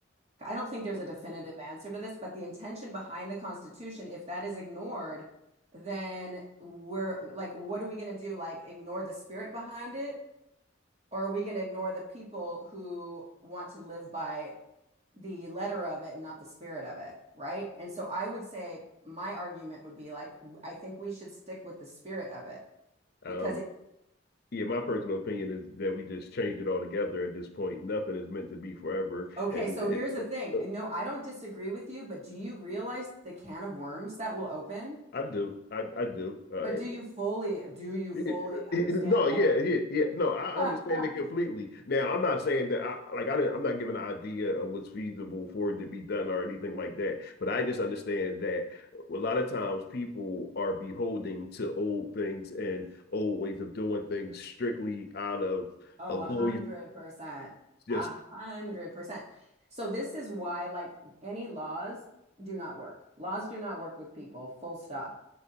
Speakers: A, on the right (about 35°); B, on the left (about 55°).
A: I don't think there's a definitive answer to this, but the intention behind the Constitution, if that is ignored, then we're like, what are we going to do? Like, ignore the spirit behind it? Or are we going to ignore the people who want to live by the letter of it and not the spirit of it, right? And so I would say my argument would be like I think we should stick with the spirit of it
B: um,
A: because it
B: yeah. My personal opinion is that we just changed it all together at this point. Nothing is meant to be forever,
A: okay,
B: and
A: so
B: it,
A: here's the thing.
B: uh,
A: And no, I don't disagree with you, but do you realize the can of worms that will open?
B: I do, I, I do. Uh,
A: But do you fully do you fully
B: Yeah,
A: understand
B: no, yeah,
A: like
B: yeah, yeah. No, I
A: <laughs>
B: understand it completely. Now, I'm not saying that I like I didn't, I'm not giving an idea of what's feasible for it to be done or anything like that. But I just understand that a lot of times people are beholding to old things and old ways of doing things strictly out of
A: oh,
B: a lawyer's
A: a hundred percent.
B: just
A: A hundred percent. So this is why like any laws do not work. Laws do not work with people, full stop